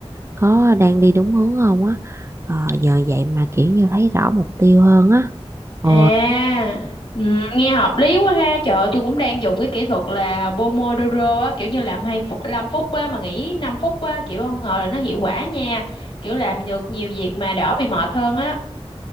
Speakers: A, on the right (about 25°); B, on the left (about 50°).
A: có đang đi đúng hướng không á, Ờ, giờ vậy mà kiểu như thấy rõ mục tiêu hơn á.
B: À,
A: Ừ,
B: ừ, nghe hợp lý quá ha. Trời ơi, tôi cũng đang dùng cái kỹ thuật là Pomodoro á, kiểu như làm 2 phút, 5 phút á mà nghỉ 5 phút á, kiểu không ngờ là nó hiệu quả nha. Kiểu làm được nhiều việc mà đỡ bị mệt hơn á.